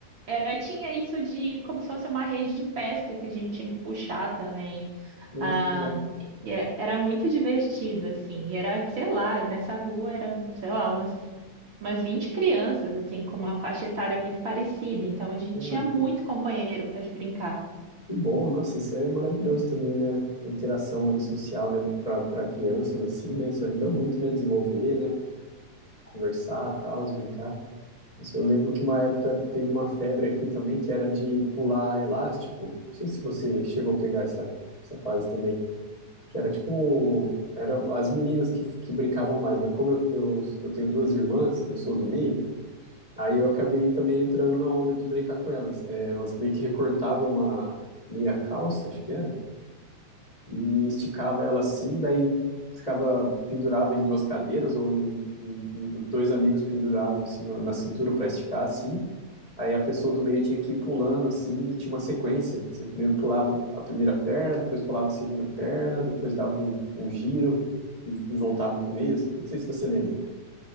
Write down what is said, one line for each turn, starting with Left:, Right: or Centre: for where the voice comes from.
Right: era tinha isso de como se fosse uma rede de pesca que a gente tinha que puxar também.
Left: nossa,
Right: Ah,
Left: que legal.
Right: e era, era muito divertido assim. E Era, sei lá, nessa rua era, sei lá, umas umas 20 crianças, assim, com uma faixa etária muito parecida. Então a gente
Left: Olha,
Right: tinha muito companheiro para brincar.
Left: que bom, nossa, isso é maravilhoso também, né? A interação ali social, né? Pra, pra crianças, assim, né? Isso ajuda muito, né? Desenvolver, né? Conversar, tal, brincar. Nossa, Eu lembro que uma época teve uma febre aqui também, que era de pular elástico. Não sei se você chegou a pegar essa, essa fase também. Que era tipo. Eram as meninas que, que brincavam mais, mas como eu, eu, eu tenho duas irmãs, eu sou do meio, aí eu acabei também entrando na onda de brincar com elas. É, elas meio que recortavam uma meia calça, acho que era, e esticava ela assim, daí ficava, pendurava em duas cadeiras, ou em, em- em- dois amigos penduravam assim na na cintura para esticar assim. Aí a pessoa do meio tinha que ir pulando assim, e tinha uma sequência. Você primeiro pulava a primeira perna, depois pulava a segunda perna, depois dava um, um giro e, e voltava pro meio. Não sei se você lembra.